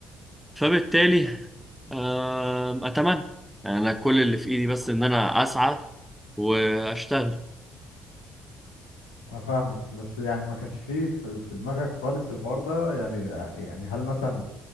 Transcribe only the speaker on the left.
انا فاهمك بس يعني ما كانش فيه في في دماغك خالص الحوار ده يعني يعني هل مثلا